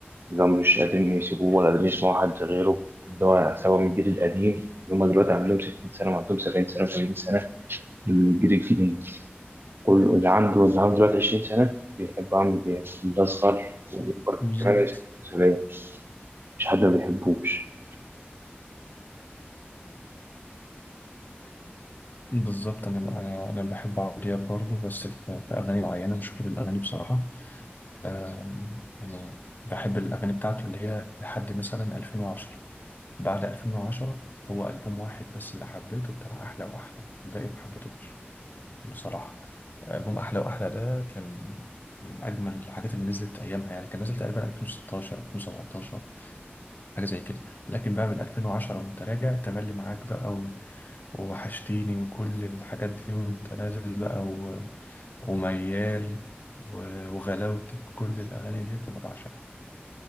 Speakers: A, on the right; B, on the left.
A: اللي هم مش قادرين يسيبوه ولا قادرين يسمعوا حد غيره اللي هو سواء من الجيل القديم اللي هم دلوقتي عندهم 60 سنة وعندهم 70 سنة و80 سنة من الجيل الجديد كل اللي عنده اللي عنده دلوقتي 20 سنة بيحب عمرو دياب الأصغر والأكبر
B: بالظبط
A: كمان السورية مش حد ما بيحبوش
B: بالظبط انا انا أنا بحب عمرو دياب برضه بس في في اغاني معينه مش كل الاغاني بصراحه آم، يعني بحب الاغاني بتاعته اللي هي لحد مثلا 2010 بعد 2010 هو البوم واحد بس اللي حبيته بتاع احلى واحلى الباقي ما حبيتهوش بصراحه البوم احلى واحلى ده كان من اجمل الحاجات اللي نزلت ايامها يعني كان نزل تقريبا 2016 2017 حاجه زي كده لكن بقى من 2010 وانت راجع تملي معاك بقى و... ووحشتيني وكل الحاجات دي وانت نازل بقى و... وميال و... وغلاوتك كل الاغاني دي انا بعشقها